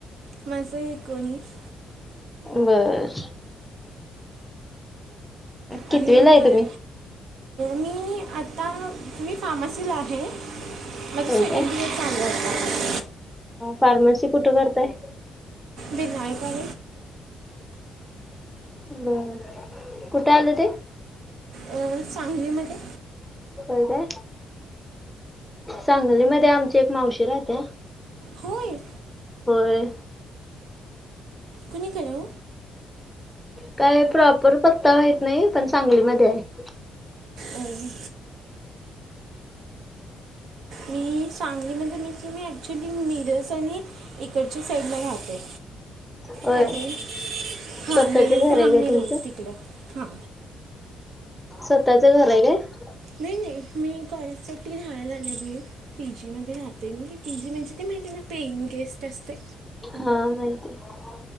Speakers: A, on the right; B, in the centre.
A: माझं एकोणीस
B: बर कितवीला
A: आणि
B: आहे
A: काय
B: तुम्ही?
A: मी आत्ता मी फार्मसीला आहे माझं
B: होय
A: सेकंड
B: काय?
A: इयर चालू होता
B: फार्मसी कुठं करताय
A: बिनायकले
B: ब कुठाल ते
A: अ चांगलीमध्ये
B: हो ते सांगलीमध्ये आमच्या एक मावशी राहत्या
A: होय
B: होय
A: कोणीकरराव
B: काय प्रॉपर पत्ता माहत नाही पण सांगलीमध्ये आहे
A: म मी सांगली म्हण म्ह मी ऍक्च्युली मिरस आणि इकडच्या साईड ला राहते
B: होय.
A: काय ते हा
B: स्वतःच
A: निीघच
B: घर आहे
A: ांबणी
B: काय तुमचं?
A: दोज तिकडे हा
B: स्वतःचं घर आहे का
A: नाही नाही मी कॉलेजसाठी राहायला आले बाई पीजी मध्ये राहते मी पी जी म्हणजे ते म्हणे त्यांना पेइंग गेस्ट असते
B: हा माहिती आहे